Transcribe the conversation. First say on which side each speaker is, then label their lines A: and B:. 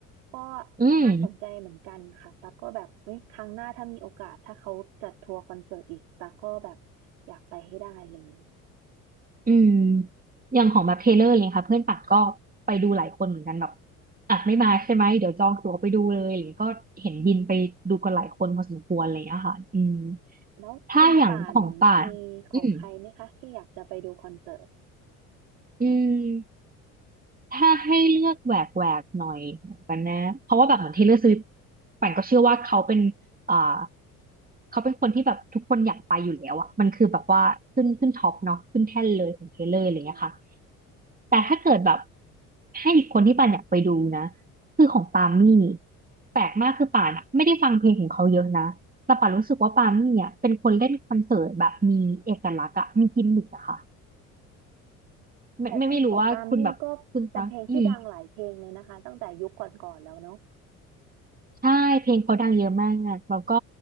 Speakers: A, on the right; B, on the right.
A: ก็
B: อืม
A: น่าสนใจเหมือนกันค่ะตากก็แบบเฮ้ยครั้งหน้าถ้ามีโอกาสถ้าเขาจัดทัวร์คอนเสิร์ตอีกตากก็แบบอยากไปให้ได้เลย
B: อืมอย่างของแบบเทเลอร์เลยค่ะ เพื่อนปัดก็ไปดูหลายคนเหมือนกันแบบอ่ะไม่มาใช่ไหม เดี๋ยวจองตั๋วไปดูเลยอะไรอย่างเงี้ยก็เห็นบินไปดูกันหลายคนพอสมควรอะไรอย่างเลยอะค่ะอืม
A: แล้วคุณป่านมีของใครไหมคะที่อยากจะไปดูคอนเสิร์ต
B: ถ้าอย่างของป่านอืมอืม ถ้าให้เลือกแหวกแหวกหน่อยกันนะเพราะว่าแบบเหมือน Taylor Swift ปั่นก็เชื่อว่าเขาเป็นอ่าเขาเป็นคนที่แบบทุกคนอยากไปอยู่แล้วอะมันคือแบบว่าขึ้นขึ้นท็อปเนาะขึ้นแท่นเลยของ Taylor อร์อะไรเงี้ยค่ะ
A: อืม
B: แต่ถ้าเกิดแบบให้อีกคนที่ป่านอยากไปดูนะคือของปามี่แปลกมากคือป่านอะไม่ได้ฟังเพลงของเขาเยอะนะแต่ป่านรู้สึกว่าปามี่อะเป็นคนเล่นคอนเสิร์ตแบบมีเอกลักษณ์อะมีกิมมิคอะค่ะไม่ไม่ไม่รู้ว่าคุณแบบคุณฟังอืม
A: แต่เพลงของปาล์มมี่ก็เป็นเพลงที่ดังหลายเพลงเลยนะคะตั้งแต่ยุคก่อนๆแล้วเนาะ
B: ใช่เพลงเขาดังเยอะมากอะแล้วก็